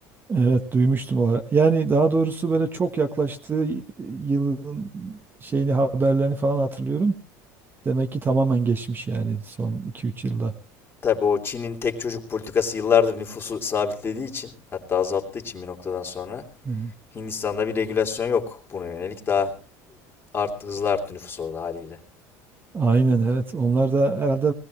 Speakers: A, on the right (about 25°); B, on the left (about 30°).
A: Evet duymuştum o ara. Yani daha doğrusu böyle çok yaklaştığı yılın şeyini haberlerini falan hatırlıyorum. Demek ki tamamen geçmiş yani son iki üç yılda.
B: Tabii o Çin'in tek çocuk politikası yıllardır nüfusu sabitlediği için hatta azalttığı için bir noktadan sonra
A: Evet.
B: Hindistan'da bir regülasyon yok buna yönelik. Daha art, hızlı arttı nüfus orada haliyle.
A: Aynen evet. Onlar da herhalde